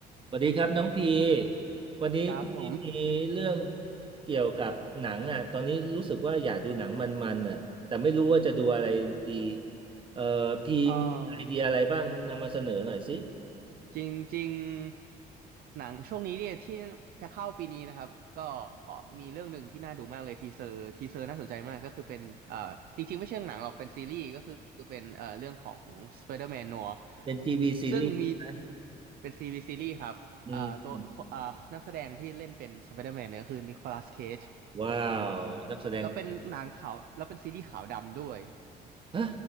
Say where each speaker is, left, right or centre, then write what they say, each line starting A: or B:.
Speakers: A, on the right; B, on the right.
A: สวัสดีครับน้องพี วันนี้พี่มีเรื่อง
B: ครับผม
A: เกี่ยวกับหนังอ่ะตอนนี้รู้สึกว่าอยากดูหนังมันๆอ่ะแต่ไม่รู้ว่าจะดูอะไรดีเอ่อพี่มีไอเดียอะไรบ้างนำมาเสนอหน่อยสิ
B: เออจริงๆหนังช่วงนี้เนี่ยที่จะเข้าปีนี้นะครับก็มีเรื่องหนึ่งที่น่าดูมากเลยทีเซอร์ทีเซอร์น่าสนใจมากก็คือเป็นเอ่อจริงๆไม่ใช่หนังหรอกเป็นซีรีส์ก็คือเป็นเอ่อเรื่องของ Spider-Man Noir
A: เป็นทีวีซีรีส์ใช่ไหม
B: ซึ่งมีเป็นซีรีส์ซีรีส์ครับเอ่อตัวเอ่อนักแสดงที่เล่นเป็น
A: อืม
B: Spider-Man เนี่ยก็คือนิโคลัสเคจ
A: ว้าวนักแสดง
B: แล้วเป็นหนังขาวแล้วเป็นซีรีส์ขาวดำด้วย
A: ฮะ